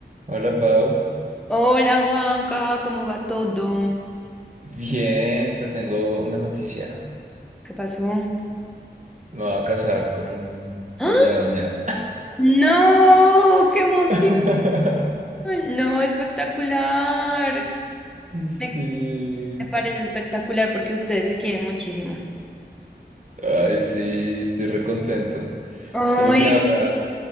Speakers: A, on the right (about 45°); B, in the centre.
A: Hola Pau,
B: Hola Juanca, ¿cómo va todo?
A: bien, te tengo una noticia.
B: ¿Qué pasó?
A: Me voy a casar con
B: ¡Ah!
A: Doña Doña.
B: ¡No! ¡Qué emoción!
A: <laughs>
B: No, espectacular.
A: Sí,
B: Me, me parece espectacular porque ustedes se quieren muchísimo.
A: ay, sí, estoy recontento.
B: Ay.
A: Solo que ahora,